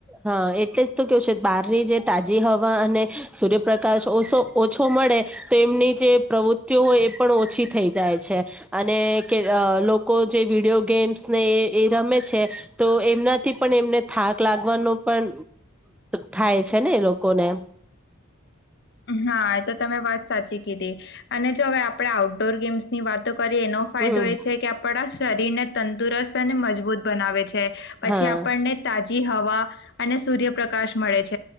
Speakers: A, in the centre; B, on the left.
A: હા એટલે જ તો કેવું છે બહારની જે તાજી હવા અને સૂર્યપ્રકાશ ઓસો ઓછો મળે તો એમની જે પ્રવૃત્તિઓ હોય એ પણ ઓછી થઈ જાય છે અને લોકો જે વિડીિયો ગેમ્સ ને એ રમે છે તો એમનાથી પણ એમને થાક લાગે ન પણ થાય છે ને એ લોકોને
B: હા એ તો તમે વાત સાચી કીધી અને જો હવે આપણે આઉટડોર ગેમ્સ ની વાતો કરી એનો ફાયદો
A: હમ
B: એ છે કે આપણા શરીર ને તંદુરસ્ત અને મજબૂત બનાવે છે પછી
A: હા
B: આપણને તા આ હવા અને સૂર્યપ્રકાશ મળે છે